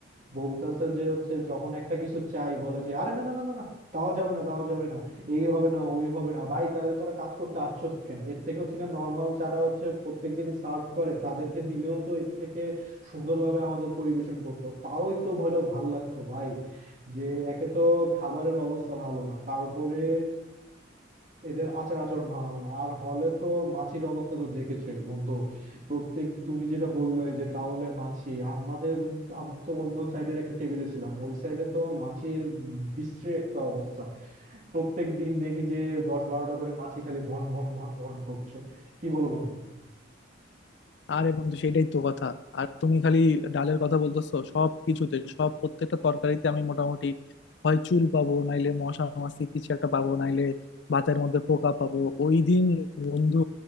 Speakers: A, on the right; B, on the left.
A: বলতেছে যে হচ্ছে যখন একটা কিছু চাই বলে যে আরে না না না না না দেওয়া যাবে না দেওয়া যাবে না এই হবে না ওই হবে না ভাই তাহলে তোরা কাজ করতে আসছোস কেন এর থেকে হচ্ছে নর্মাল যারা হচ্ছে প্রত্যেকদিন সার্ভ করে তাদেরকে দিলেও তো এর থেকে সুন্দরভাবে আমাদের পরিবেশন করতো তাও একটু হলেও ভাল লাগতো ভাই যে একে তো খাবারের অবস্থা ভালো না তারপরে এদের আচার আচরণ ভালো না আর হলে তো মাছির অবস্থা তো দেখেছোই বন্ধু প্রত্যেক তুমি যেটা বললে যে ডাউলে মাছি আমাদের আমি তো অন্য সাইডের একটা টেবিলে ছিলাম ওই সাইডে তো মাছির বিশ্রী একটা অবস্থা প্রত্যেক দিন দেখি যে দশ বারোটা করে মাছি খালি ভন ভন ভন ভন করছে কি বলো বন্ধু
B: আরে বন্ধু সেটাই তো কথা আর তুমি খালি ডালের কথা বলতেছো সব কিছুতে সব প্রত্যেকটা তরকারিতে আমি মোটামুটি হয় চুল পাবো নাইলে মশা মাছি কিছু একটা পাবো নাইলে ভাতের মধ্যে পোকা পাবো ওই দিন বন্ধু